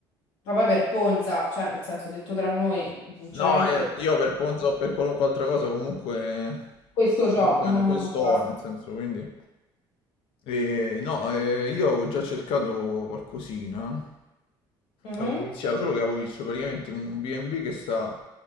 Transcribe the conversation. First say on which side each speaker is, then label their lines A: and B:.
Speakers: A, on the left; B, on the left.
A: Ma poi per Ponza, cioè, nel senso, detto tra noi, sinceramente,
B: No, eh, io per Ponzo o per qualunque altra cosa comunque,
A: questo c'ho.
B: comunque
A: <laughs>
B: no, questo
A: Basta.
B: ho, nel senso, quindi... Eh, no, eh, io avevo già cercato qualcosina,
A: Mhm.
B: avevo iniziato, solo che avevo visto praticamente un, un B&B che sta